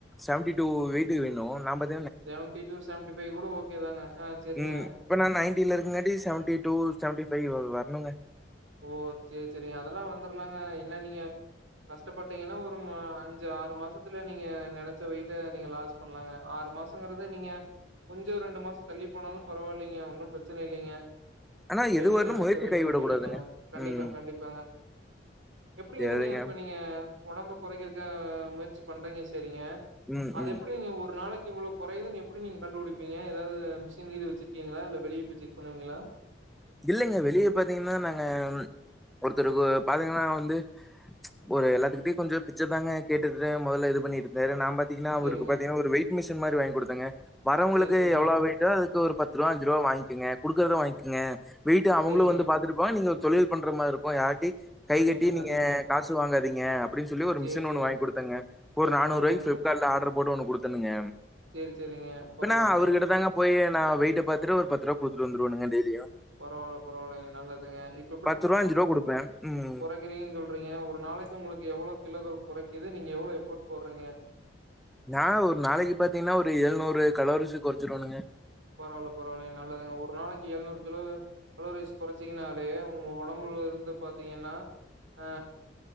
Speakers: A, in the centre; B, on the right.
A: சென்டி டூ வெயிட்க்கு வேணு நான் பாத்தி
B: செவன்டி டூ செவன்டி ஃபைவ் கூட ஓகே தாங்க ஆ செரிங்க
A: ம். இப்ப நான் நைன்ட்டில இருக்கங்காட்டி செவன்டி டூ செவன்டி ஃபைவ் வரனுங்க
B: ஓ சேரி சேரிங்க அதெல்லா வந்துரலாங்க என்ன நீங்க கஷ்டப்பட்டீங்கன்னா ஒரு அஞ்சு ஆறு மாசத்துல நீங்க நனைச்ச வெயிட்ட நீங்க லாஸ் பண்லாங்க ஆறு மாசங்கிறது நீங்க கொஞ்ச ரெண்டு மாசம் தள்ளி போனாலும் பரவாயில்லைங்க ஒன்னு பிரச்சனை இல்லைங்க
A: ஆனா
B: எப்படியு
A: எது
B: நீங்க
A: வரணும்
B: நினைச்ச
A: முயற்சி
B: வெயிட்டு
A: கைவிடக்கூடாதுங்க.
B: கம்மி பண்ணிக்கிலாங்க கண்டிப்பாங்க
A: ம்.
B: கண்டிப்பாக எப்படிங்க
A: சரிங்க.
B: நீங்க பண்ணிங்க ஒடம்பு கொறைக்கறக்காக முயற்சி பண்றீங்க செரிங்க
A: ம்,
B: அது
A: ம்.
B: எப்டி நீங்க ஒரு நாளைக்கு இவ்ளோ கொறையுதுன்னு எப்டி நீங்க கண்டுபிடிப்பீங்க எதாவது மிஷின் கீது வச்சிருக்கீங்களா இல்ல வெளிய போய் செக் பண்ணுவீங்களா
A: இல்லைங்க வெளிய பாத்தீங்கன்னா நாங்க ஒருத்தருக்கு பாத்தீங்கன்னா வந்து ஒரு எல்லாத்துக்கிட்டயு கொஞ்சோ பிச்ச தாங்க கேட்டுட்டு மொதல இது பண்ணிட் வேற நா பாத்தீங்கன்னா அவுருக்கு
B: சேரிங்க
A: பாத்தீங்கன்னா ஒரு வெய்ட் மிஷின் மாரி வாங்கி குடுத்தேங்க வரவங்களுக்கு
B: சேரி சேரிங்க
A: எவ்ளோ வெயிட் ட்டோ அதுக்கு ஒரு பத்ருவா அஞ்ருவா வாங்கிங்க குடுக்கறத வாங்கிங்க வெயிட்டு அவுங்களு
B: சேரிங்க
A: வந்து பாத்துட்டு போவா நீங்க ஒரு தொழில் பண்ற மாரி இருக்கு யார்டி கை
B: கண்டிப்பா
A: கட்டி நீங்க
B: கண்டிப்பா
A: காசு வாங்காதீங்க அப்படின்னு சொல்லி ஒரு
B: சேரி
A: மிஷின்
B: சேரிங்க
A: ஒண்ணு வாங்கி் குடுத்தங்க ஒரு நானூறு
B: பரவாயில்லைங்க
A: ரூவாய்க்கு ஃபிளிப்கார்ட்ல ஆர்டர் போட்டு ஒண்ணு குடுத்துனனுங்க
B: சேரி சேரிங்க
A: இப்ப
B: பரவாயில்லைங்க
A: நா அவரு கிட்டத்தாங்க போய் நா வெயிட்ட பாத்துட்டு ஒரு பத்து ரூபா குடுத்துட்டு வந்துருவேனுங்க டெய்லியு
B: பரவால்ல பரவாயில்லைங்க நல்லதுங்க இப்
A: பத்து ரூவா அஞ்சு ரூவா குடுப்பேன் ம்
B: இருக்குறீங்க சொல்றீங்க ஒரு நாளைக்கு உங்களுக்கு எவ்வளோ கிலோகள் குறைக்குது நீங்க எவ்ளோ எஃபோர்ட் போடுறீங்க
A: நா ஒரு நாளைக்கு பாத்தீங்கன்னா ஒரு எழுநூறு கலோரீஸ் கொறைச்சிடு வேணுங்க
B: பரவால்ல பரவால்ல நல்லதுங்க ஒரு நாளைக்கு எழுநூறு கிலோ கலோரிஸ் குறைச்சீங்கனாலே உங்க உடம்புல இருந்து பாத்தீங்கன்னா ஆ